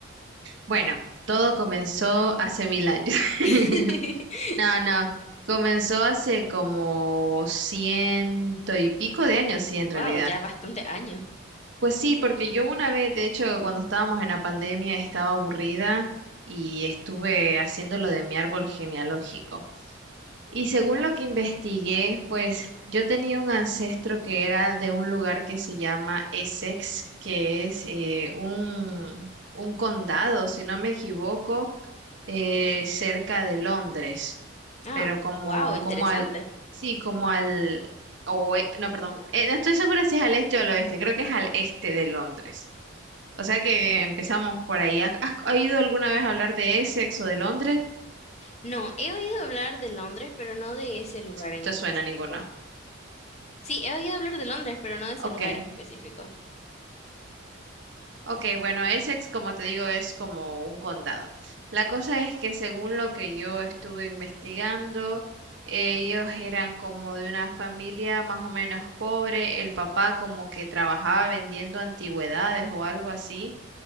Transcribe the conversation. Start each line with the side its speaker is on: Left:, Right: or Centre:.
Right: Bueno, todo comenzó hace mil años. <laughs>
Left: <laughs>
Right: No, no, comenzó hace como ciento y pico de años, sí, en realidad.
Left: Wow, ya bastante años.
Right: Pues sí, porque yo una vez, de hecho, cuando estábamos en la pandemia, estaba aburrida y estuve haciendo lo de mi árbol genealógico. Y según lo que investigué, pues yo tenía un ancestro que era de un lugar que se llama Essex, que es eh, un, un condado, si no me equivoco, eh, cerca de Londres,
Left: Ah,
Right: pero como,
Left: wow, interesante.
Right: como al, sí, como al, o, eh, no, perdón, eh, no estoy segura si es al este o al oeste, creo que es al este de Londres. O sea que empezamos por ahí. ¿Has, has oído alguna vez hablar de Essex o de Londres?
Left: No, he oído hablar de Londres, pero no de ese lugar en
Right: No te
Left: específico.
Right: suena ninguno.
Left: Sí, he oído hablar de Londres, pero no de ese
Right: Ok.
Left: lugar en específico.
Right: Ok, bueno, Essex, como te digo, es como un condado. La cosa es que según lo que yo estuve investigando, ellos eran como de una familia más o menos pobre. El papá como que trabajaba vendiendo antigüedades o algo así,